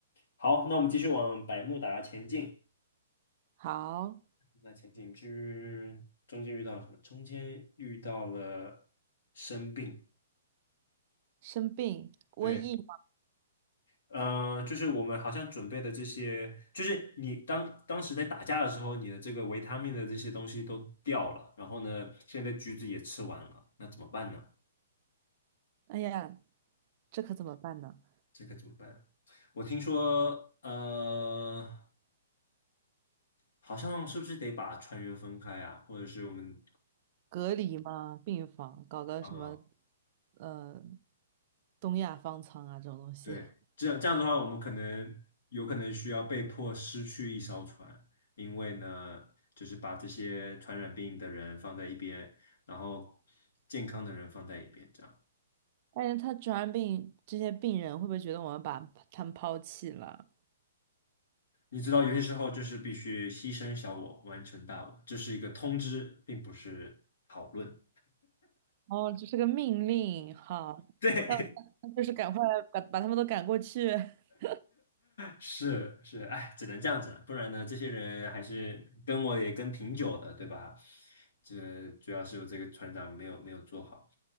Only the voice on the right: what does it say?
好，
生病，瘟疫。
哎呀，这可怎么办呢？
隔离嘛，病房搞个什么，
呃，东亚方舱啊这种东西。
<laughs>
但是他传染病，这些病人会不会觉得我们把他们抛弃了？
哦，这是个命令，哈，
那我们就是赶快把把他们都赶过去。<laughs>